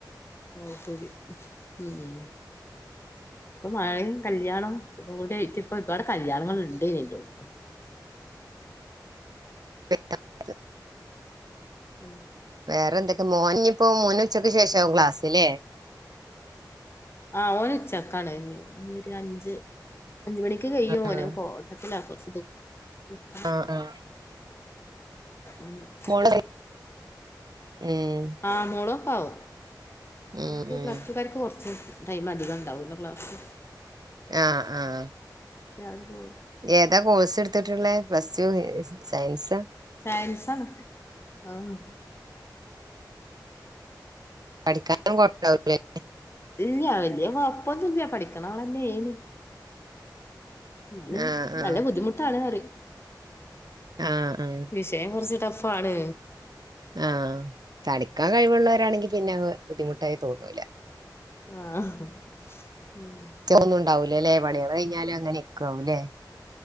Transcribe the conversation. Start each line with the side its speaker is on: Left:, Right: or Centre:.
Left: ഓ ശരി ഉം ഉം
Right: <inaudible>
Left: പ്പൊ മഴയും കല്യാണം ഒക്കെ കൂടി ആയിട്ട് ഇപ്പൊ ഒരുപാട് കല്യാണങ്ങൾ ഇണ്ടേനെല്ലാടത്തും
Right: <unintelligible>
Left: ഉം
Right: വേറെന്തൊക്കെ മോനിഞ്ഞിപ്പോ മോനുച്ചക്ക് ശേഷാവും ക്ലാസ് ലേ
Left: ആഹ് ഓനുച്ചക്കാണ് ഇഞ്ഞി ഇനി ഒരു അഞ്ച് അഞ്ചു മണിക്ക് കയും
Right: ആഹ്
Left: ഓന് കോട്ടക്കലാക്കു <unintelligible>
Right: ആഹ് ആഹ്
Left: അല്ല <inaudible>
Right: ഓളെ കയ് ഉം
Left: ആ മൂഡോഫ്‌ ആവും
Right: ഉം
Left: ഒലക്ക്
Right: ഉം
Left: പ്ലസ്ടു കർക്ക് കുറച്ച് ടൈമതികം ഉണ്ടാവൂല ക്ലാസ്സ്‌
Right: ആഹ് അഹ്
Left: ഞാന് പോ
Right: ഏതാ കോഴ്സ് ഇടുത്തിട്ടുള്ളേ പ്ലസ് ടു സയൻസ്
Left: സയൻസ് ആണ് ആഹ്
Right: പഠിക്കാനും കുഴപ്പണ്ടാവൂലല്ലേ
Left: ഇല്യ വലിയ കൊഴപ്പൊന്നുല്ല പഠിക്കണആളെന്നെ ന് എന്നാലും
Right: ആഹ് ആഹ്
Left: നല്ല ബുദ്ധിമുട്ടാണ്ന്നറയും
Right: ആഹ് ആഹ്
Left: ടെമം ൻ കുറച്ച് ടഫാണ്
Right: ആഹ് പഠിക്കാൻ കഴിവുള്ളവരാണെങ്കിൽ പിന്നെഅത് ബുദ്ധിമുട്ടായി തോന്നൂല
Left: ആഹ് മ്
Right: ഒന്ന ഉണ്ടാവില്ലല്ലേ പണികൾ കഴിഞ്ഞാലും അങ്ങനിരിക്കാവൂല്ലേ